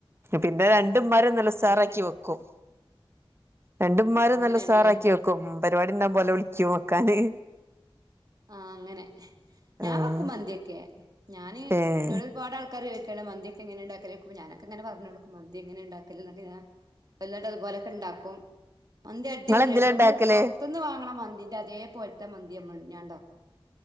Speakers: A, on the right; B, on the right.
A: പിന്നെ രണ്ട് രണ്ടുമ്മാരും നല്ല ഉസാറാക്കി
B: അതാണ്
A: വെക്കും രണ്ടുമ്മാരും
B: അങ്ങനെയാണല്ലേ
A: നല്ല ഉസാറാക്കി വെക്കും പരിപാടിണ്ടാവുമ്പോള്‍ ഓലെ വിളിക്കും വെക്കാന്
B: ആഹ അങ്ങനെ ഞാൻ
A: ആഹ്
B: വെക്കും മന്തിയൊക്കെ ഞാന്
A: ഏഹ്
B: ഇന്നോട് ഒരുപാട് ആൾക്ക അക്കറിയോ ചോദിക്കണ് മന്തിയൊക്കെ എങ്ങനെ ഉണ്ടാക്കല് ചോയിക്കുമ്പോള്‍ ഞാനൊക്കെങ്ങെ പറഞ്ഞ്കൊടുക്കും മന്തി എങ്ങെണ്ടാക്കലൊക്കെ ഞാന വല്ലാണ്ട് അതുപോലൊക്കെണ്ടാക്കും മന്തി അടിപൊളിയാട്ടോ
A: നിങ്ങളെന്തില
B: നമ്മൾ
A: ഉണ്ടാക്കല്
B: പുറത്തിന്ന് വാങ്ങ്ണ മന്തിന്റെ അതെപോലത്തെ മന്തി ഞാൻണ്ടാക്കും